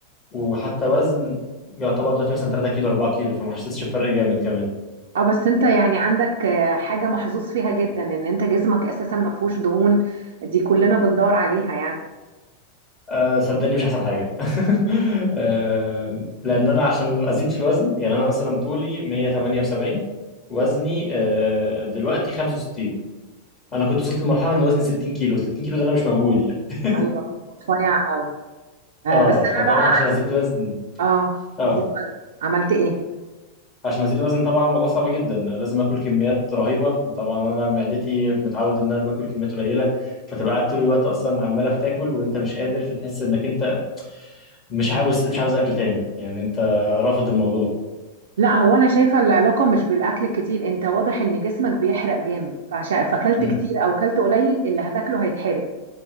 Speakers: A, on the left (about 25°); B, on the right (about 60°).
A: وحتى وزن يعتبر دلوقتي مثلا 3 كيلو 4 كيلو فما حسيتش بفرق جامد كمان
B: اه بس انت يعني عندك آه حاجة محظوظ فيها جدا ان انت جسمك اساسا ما فيهوش دهون دي كلنا بندور عليها يعني
A: أه صدقني مش احسن حاجه <laughs> أه لان انا عشان ازيد في الوزن يعني انا مثلا طولي 178 وزني أه دلوقتي 65 انا كنت وصلت لمرحله ان وزني 60 كيلو 60 كيلو ده انا مش موجود يعني <laughs>
B: ايوه كنت رفيع قوي آه
A: اه
B: بس
A: فطبعا
B: انا بقى عكسك.
A: عشان ازيد وزن
B: اه
A: اه
B: تزيد وزن عملت ايه
A: عشان ازيد وزن طبعا الموضوع صعب جدا لازم اكل كميات رهيبه وطبعا انا معدتي متعود ان انا باكل كميات قليله فتبقى قاعد طول الوقت اصلا عماله بتاكل وانت مش قادر فتحس انك انت مش عاوز مش عاوز اكل تاني يعني انت رافض الموضوع
B: لا هو انا شايفه العلاقه مش بالاكل الكتير انت واضح ان جسمك بيحرق جامد فعشان فاكلت
A: مم.
B: كتير او كلت قليل اللي هتاكله هيتحرق